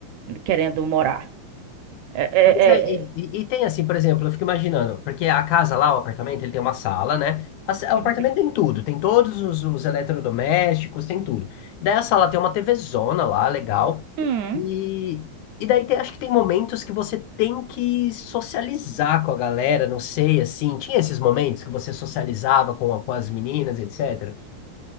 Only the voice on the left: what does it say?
Mas é, e,
e- e tem assim, por exemplo, eu fico imaginando, porque a casa lá, o apartamento, ele tem uma sala, né? A sa- o
apartamento tem tudo, tem todos os, os eletrodomésticos, tem tudo. Daí a sala tem uma TVzona lá, legal.
E, e daí tem- acho que tem momentos que você tem que socializar com a galera, não sei, assim. Tinha esses momentos que você socializava com, a- com as meninas, etc.